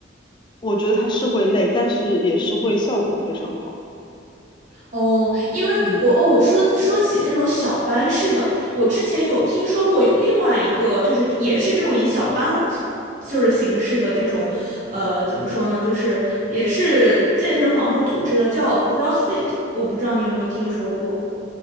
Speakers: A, on the left; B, on the right.
A: 我觉得他是会累，但是也是会效果非常好。
B: 哦，因为我哦，
A: 嗯，
B: 说说起这种小班式的，我之前有听说过有另外一个，就是也是这种以小班就是形式的这种，呃，怎么说呢，就是也是健身房会组织的，叫 CrossFit，我不知道你有没有听说过。